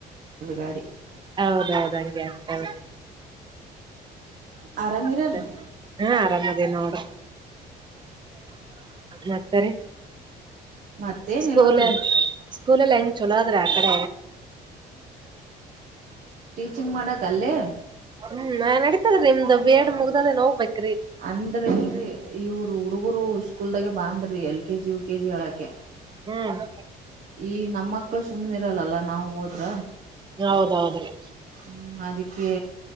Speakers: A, on the right; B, on the right.
A: ಗಾಡಿ
B: ಹೌದೌದ ಹಂಗೆ ಆಗ್ತೌದು
A: ಆರಾಮ್ ಇರಲ್ರಿ
B: ಮತ್ತೆ ಹಾ ಆರಾಮದೇ ನೋಡ್ರಿ ಮತ್ತಾರೀ
A: ಮತ್ತೇನ್
B: ಸ್ಕೂಲ್
A: ಇಲ್ ನೋಡ್ರಿ
B: ಸ್ಕೂಲ್ಲ್ಲ ಎಂಗ್ ಚೊಲೋ. ತ್ರೀ ಅಕಡ.
A: ಚಿಂಗ್ ಮಾಡಕ್ ಅಲ್ಲೇ.
B: ಹ್ಮ್ ನಾ್ ನಡಿತತದ್ರೀ ನಿಮ್ದ್ ಬೇಡ್ ಮುಗ್ದದೆ ನೋೋಗ್ಬೇಕು.
A: ಅಂದ್ರಲ್ರಿ ಇವರು ಹುಡುಗುರು ಸ್ಕೂಲ್ದಾಗೆ ಬಾಂದ್ರಿ ಎಲ್ ಕೆಜಿ ಯು ಕೆಜಿ ಹೇಳಕೆ. ಕೆ.
B: ಹ್ಮ್
A: ಈ ನಮ್ಮ ಮಕ್ಳು ಸುಮ್ಮ್ನೆ ಇರಲ್ಲಲ್ಲ ನಾವು ಹೋದ್ರ.
B: ಹೌದೌದ್ರಿ
A: ಹ್ಮ ಅದಕ್ಕೆ.